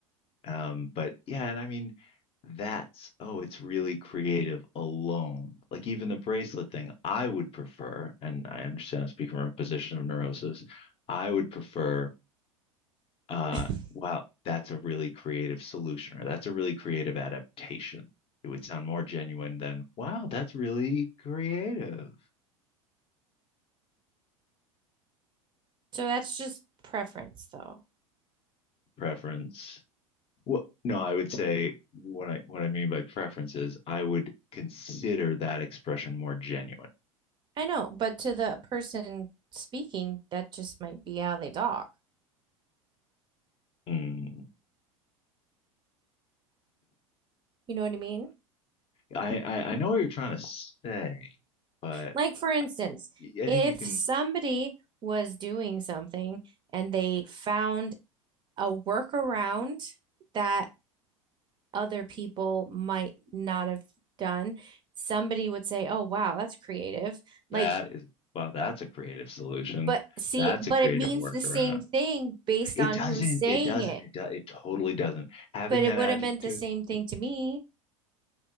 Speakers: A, on the left; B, on the right.
A: Um, but yeah, and I mean, that's, oh, it's really creative alone. Like even the bracelet thing, I would prefer, and I understand I'm speaking from a position of neurosis, I would prefer, uh,
B: <laughs>
A: wow, that's a really creative solution, or that's a really creative adaptation. It would sound more genuine than, wow, that's really creative
B: So that's just preference though.
A: preference. Well, no, I would say what I what I mean by preference is I would consider that expression more genuine.
B: I know, but to the person speaking, that just might be how they talk.
A: Mm.
B: You know what I mean?
A: I, I I know what you're trying to say, but
B: Like, for instance,
A: I
B: if
A: think you can.
B: somebody was doing something and they found a workaround that other people might not have done, somebody would say, Oh, wow, that's creative. Like,
A: That is well, that's a creative solution.
B: but see,
A: That's
B: but
A: a creative
B: it means
A: workaround.
B: the same thing based
A: It
B: on
A: doesn't.
B: who's saying
A: It doesn't.
B: it,
A: It does. It totally doesn't. Having
B: but it
A: that
B: would
A: adjective,
B: have meant the same thing to me.